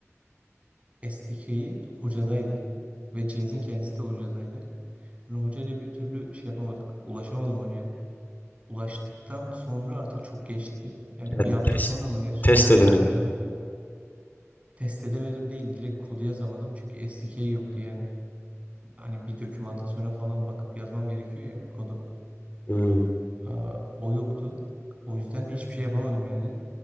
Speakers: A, on the right; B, on the left.
A: e, SDK'yi hocadaydı ve cihazın kendisi de hocadaydı. Yani hocayla bir türlü şey yapamadık. Ulaşamadım hocaya. Ulaştıktan sonra artık çok geçti. Yani
B: Ya,
A: bir hafta
B: test,
A: sonra mı ne sunumlar
B: test edemedin.
A: vardı. <laughs> Test edemedim değil. Direkt kodu yazamadım. Çünkü SDK yoktu yani. Hani bir dokümantasyona falan bakıp yazmam gerekiyor ya bir kodu.
B: Hmm,
A: Aa, o yoktu. O yüzden de hiçbir şey yapamadım yani.